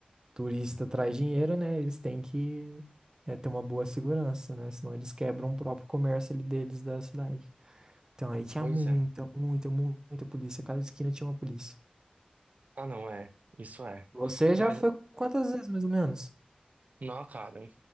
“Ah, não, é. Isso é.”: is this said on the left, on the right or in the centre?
Right